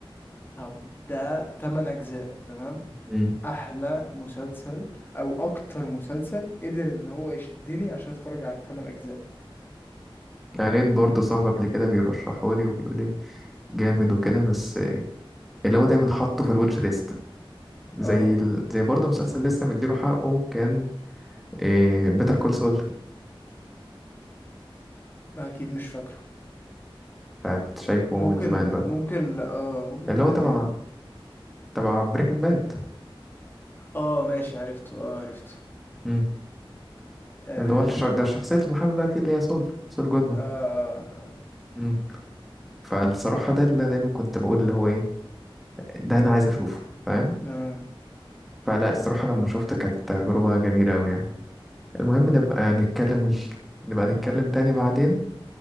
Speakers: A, on the left (about 25°); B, in the centre.
A: طب ده 8 اجزاء تمام
B: مم.
A: احلى مسلسل او اكتر مسلسل قدر ان هو يشدني عشان اتفرج على الثمان اجزاء
B: يعني لقيت برضه صاحب قبل كده بيرشحه لي وبيقول لي جامد وكده بس اللي هو دايما حاطه في الواتش ليست زي
A: اه
B: ال... زي برضه مسلسل لسه مديله حقه كان إيه بيتر كول سول
A: لا اكيد مش فاكره
B: فكنت شايفه
A: ممكن
B: من زمان بقى
A: ممكن لا اه ممكن يكون
B: اللي هو تبع
A: قديم
B: تبع بريكنج باد
A: اه ماشي عرفته اه عرفته
B: مم.
A: اه
B: اللي هو الش... ده شخصية المحامي بقى فيه اللي هي سول سول جودمان
A: اه, آه. آه.
B: مم. فالصراحة ده اللي أنا دايما كنت بقول اللي هو ايه ده انا عايز اشوفه فاهم
A: آه، آه،
B: فلا الصراحة لما شفت كانت تجربة جميلة أوي يعني المهم نبقى نتكلم ال... نبقى نتكلم تاني بعدين